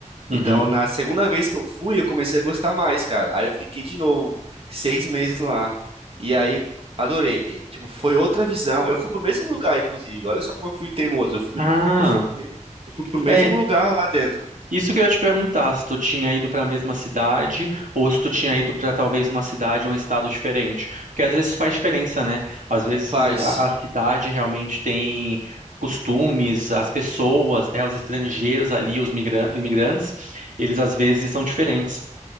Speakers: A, on the right; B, on the right.
A: uhum.
B: Então, na segunda vez que eu fui, eu comecei a gostar mais, cara. Aí eu fiquei de novo, seis meses lá. E aí, adorei. Tipo, foi outra visão. Eu fui pro mesmo lugar, inclusive. Olha só como eu fui teimoso. Eu fui,
A: Ah,
B: eu fui, eu fui pro mesmo
A: é.
B: lugar lá dentro.
A: Isso que eu ia te perguntar, se tu tinha ido para a mesma cidade ou se tu tinha ido para talvez uma cidade ou um estado diferente. Porque às vezes faz diferença, né? Às vezes
B: Faz.
A: a, a cidade realmente tem costumes, as pessoas, né, os estrangeiros ali, os migra- imigrantes, eles às vezes são diferentes.